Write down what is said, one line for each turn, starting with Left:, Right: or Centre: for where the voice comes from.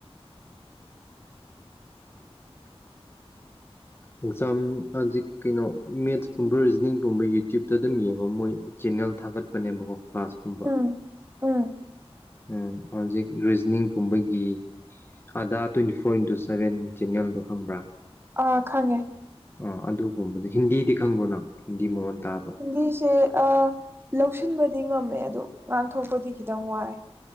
Right: <inaudible>
Left: ꯑꯦꯛꯖꯥꯝꯖꯤꯛ ꯀꯩꯅꯣ ꯃꯦꯠꯁꯀꯨꯝꯕ ꯔꯤꯖꯅꯤꯡꯒꯨꯝꯕ ꯌꯨꯇ꯭ꯌꯨꯕꯇ ꯑꯗꯨꯝ ꯌꯦꯡꯉꯣ ꯃꯣꯏ ꯆꯦꯟꯅꯜ ꯊꯥꯒꯠꯄꯅꯦꯕꯀꯣ ꯀ꯭ꯂꯥꯁꯀꯨꯝꯕ
Right: ꯎꯝ ꯎꯝ
Left: ꯎꯝ ꯍꯧꯖꯤꯛ ꯔꯤꯖꯅꯤꯡ ꯄꯨꯝꯕꯒꯤ ꯑꯥꯗꯥ ꯇ꯭ꯋꯦꯟꯇꯤ ꯐꯣꯔ ꯏꯟꯇꯨ ꯁꯚꯦꯟ ꯆꯦꯅꯦꯜꯗꯣ ꯈꯪꯕ꯭ꯔꯥ
Right: ꯑꯥ ꯈꯪꯉꯦ
Left: ꯑꯥ ꯑꯗꯨꯒꯨꯝꯕꯗ ꯍꯤꯟꯗꯤꯗꯤ ꯈꯪꯕ꯭ꯔꯣ ꯅꯪ ꯍꯤꯟꯗꯤ ꯃꯔꯣꯟ ꯇꯥꯕ꯭ꯔ
Right: ꯍꯤꯟꯗꯤꯁꯦ ꯂꯧꯁꯤꯟꯕꯗꯤ ꯉꯝꯃꯦ ꯑꯗꯣ ꯉꯥꯡꯊꯣꯛꯄꯗꯤ ꯈꯤꯇꯪ ꯋꯥꯏ